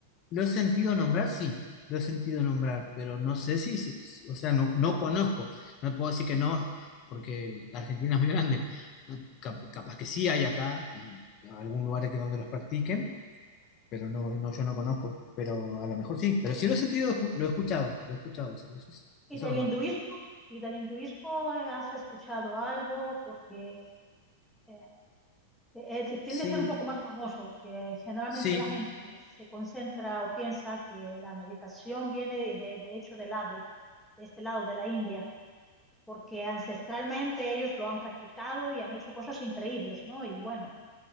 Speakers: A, on the left; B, in the centre.
A: lo he sentido nombrar, sí, lo he sentido nombrar, pero no sé si, si- si- o sea, no, no conozco, no puedo decir que no, porque Argentina es muy grande. Ah, Cap- capaz que sí hay acá, y algún lugar que donde los practiquen, pero no, no, yo no conozco, pero a lo mejor sí, pero sí lo he sentido, escu- lo he escuchado, lo he escuchado, sí, eso sí,
B: ¿Y
A: eso
B: del
A: es
B: hinduismo?
A: verdad.
B: ¿Y del hinduismo eh, has escuchado algo? Porque eh, eh, eh, tiende
A: Sí,
B: a ser un poco más famoso, que generalmente
A: sí,
B: la gente se concentra o piensa que la meditación viene de, de de hecho del lado, de este lado de la India, porque ancestralmente ellos lo han practicado y han hecho cosas increíbles, ¿no? Y bueno.